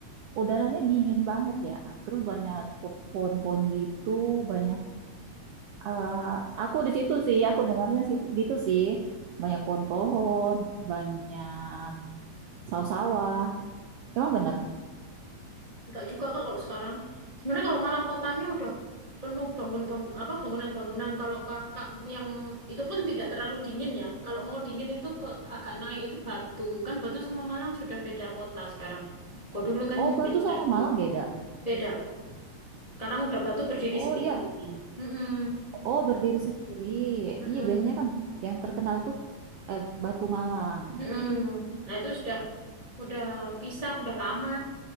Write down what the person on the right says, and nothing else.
udaranya dingin banget ya. Terus banyak pohon-pohon gitu, banyak eh, aku di situ sih, aku dengarnya situ gitu sih. Banyak pohon-pohon, banyak sawah-sawah. Emang bener.
Oh, Batu
sama
Malang beda.
Oh
iya,
oh berdiri sendiri.
Iya, biasanya kan yang terkenal itu eh, Batu Malang.